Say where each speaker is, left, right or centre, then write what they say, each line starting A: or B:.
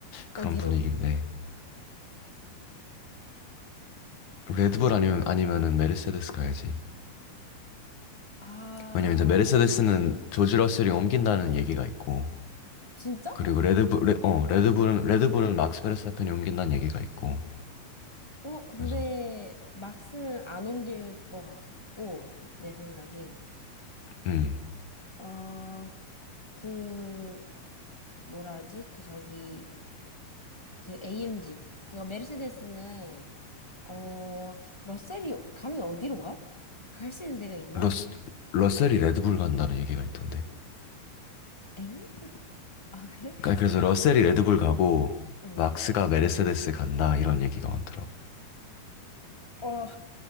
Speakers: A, on the left (about 60°); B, on the left (about 25°).
A: 그런
B: 어디로?
A: 분위기인데 레드불 아니면 아니면은 메르세데스 가야지.
B: 아,
A: 왜냐면 이제 메르세데스는 조지 러셀이 옮긴다는 얘기가 있고
B: 진짜?
A: 그리고 레드불, 레, 어, 레드불은, 레드불은 막스 베르스타펜이 옮긴다는 얘기가 있고,
B: 어, 근데
A: 그래서,
B: 막스는 안 옮길 것 같고, 내 생각이.
A: 음,
B: 어, 그, 뭐라 하지? 그 저기, 그 AMG. 그거 메르세데스는, 어, 러셀이 가면 어디로 가? 갈 수 있는 데가 있나?
A: 러스, 러셀이 레드불 간다는 얘기가 있던데.
B: 엥? <laughs> 아, 그래?
A: 그러니까 그래서 러셀이 레드불 가고,
B: 응.
A: 막스가 메르세데스 간다, 이런 얘기가 많더라고.
B: 어,